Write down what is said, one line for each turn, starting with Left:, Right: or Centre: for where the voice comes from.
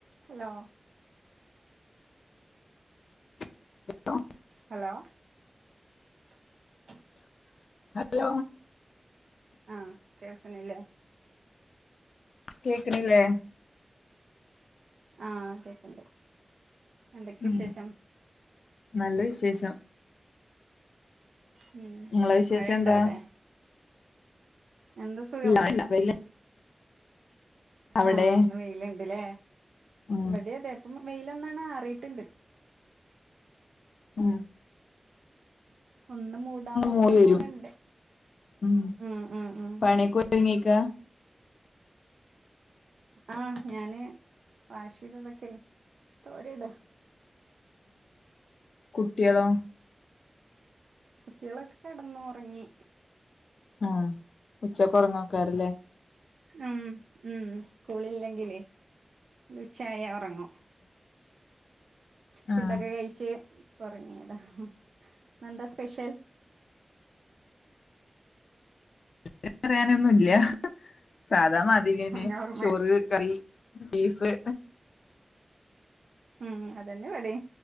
Right: ഹലോ
Left: <unintelligible>
Right: ഹലോ <unintelligible>
Left: ഹലോ
Right: ആഹ് കേൾക്ക്ണില്ലേ
Left: കേക്ക്ണില്ലേ
Right: ആഹ് കേക്ക്ണ്ട് എന്തൊക്കെ
Left: ഉം
Right: വിശേഷം
Left: നല്ല വിശേഷം
Right: മ്മ്
Left: നിങ്ങളെ വിശേഷം
Right: മഴ ഒണ്ടോ
Left: എന്താ
Right: അവിടെ എന്ത് സുഖം
Left: ഇല്ല ഇല്ല വല്ല അവിടെ
Right: ആഹ് ഇന്ന് വെയിലിണ്ടല്ലേ
Left: ഉം
Right: ഇവിടെ അതെ ഇപ്പം വെയിലൊന്നണ ആറിയിട്ടുണ്ട്
Left: മ്മ്
Right: ഒന്ന് മൂടാൻ നോക്കണ
Left: മൂടി വരും
Right: പോലെ ഒണ്ട്
Left: ഉം
Right: മ്മ്-മ്മ്-മ്മ്
Left: പണിയൊക്കെ ഒരുങ്ങിക്കാ
Right: ആഹ് ഞാന് വാഷ് ചെയ്തതൊക്കെ തോരീടാ
Left: കുട്ടിയളോ
Right: കുട്ടികളൊക്കെ കെടന്നു ഒറങ്ങി
Left: ആഹ് ഉച്ചക്ക് ഒറങ്ങാൻ ഒക്കാറില്ലേ
Right: മ്മ് -മ്മ് സ്കൂളില്ലെങ്കിലേ ഉച്ചയായാ ഒറങ്ങും ഫുടൊക്കെ
Left: ആഹ്
Right: കഴിച്ച് ഇപ്പൊറങ്ങിയതാ ഹ് ഇന്നെന്താ സ്പെഷ്യൽ
Left: <inaudible> പറയാനൊന്നുല്ല സാധാമാതിരി ന്നെ
Right: നോർമൽ
Left: ചോറ് കറി ബീഫ്
Right: മ്മ് അതെന്നെ ഇവിടെ